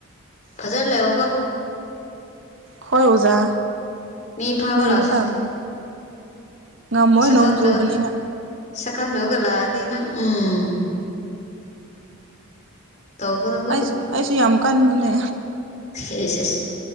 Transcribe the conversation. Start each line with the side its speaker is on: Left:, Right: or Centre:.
Left: ꯐꯖꯅ ꯂꯩꯑꯣꯒꯣ
Right: ꯍꯣꯏ ꯑꯣꯖꯥ
Left: ꯃꯤ ꯐꯥꯕ
Right: ꯂꯩꯕ
Left: ꯂꯁꯤ
Right: ꯇꯥꯕꯅꯤ ꯉꯝꯃꯣꯏ
Left: ꯁꯀꯪꯗ
Right: ꯅꯣꯡ ꯆꯨꯕꯅꯤꯅ
Left: ꯁꯀꯪꯗꯕꯒ ꯂꯥꯛꯑꯗꯤ ꯅꯪ ꯎꯝ ꯇꯧꯒꯅꯨꯀꯦ
Right: ꯑꯩꯁ ꯑꯩꯁꯨ ꯌꯥꯝ ꯀꯟꯕꯅꯦ
Left: ꯑꯦꯁ ꯑꯦꯁ